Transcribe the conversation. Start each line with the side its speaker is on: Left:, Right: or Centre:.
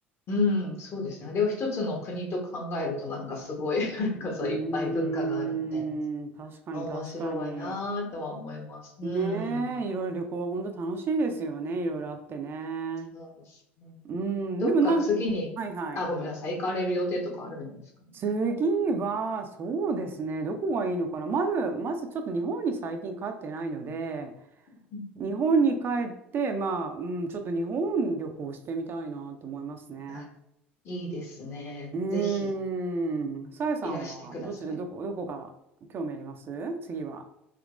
Left: うん、そうですね。あれを一つの国と考えるとなんかすごい、<laughs> なんかそういっぱい文化があるんで、
Right: うーん。確かに確かに。
Left: 面白いなとは思います。うん。
Right: ねえ、いろいろ旅行は本当楽しいですよね。いろいろあってね。
Left: そうですね。
Right: うん。
Left: どっか次に、
Right: でもなんか、はいはい。
Left: あ、ごめんなさい、行かれる予定とかあるんですかね
Right: 次は、そうですね。どこがいいのかな。まず、まずちょっと日本に最近帰ってないので、
Left: うん
Right: 日本に帰って、まあ、うん、ちょっと日本旅行してみたいなと思いますね。
Left: あ、いいですね。
Right: うーん。
Left: ぜひ、
Right: さえさんは、
Left: いらしてください。
Right: どっちで、どこ、どこが興味あります次は。